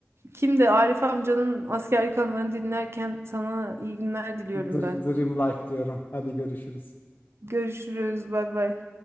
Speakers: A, on the right; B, on the left.
A: kimdi? Arif amcanın askerlik anılarını dinlerken sana iyi günler diliyorum
B: Dr-
A: ben.
B: Dream life diyorum. Hadi görüşürüz.
A: Görüşürüz. Bay bay.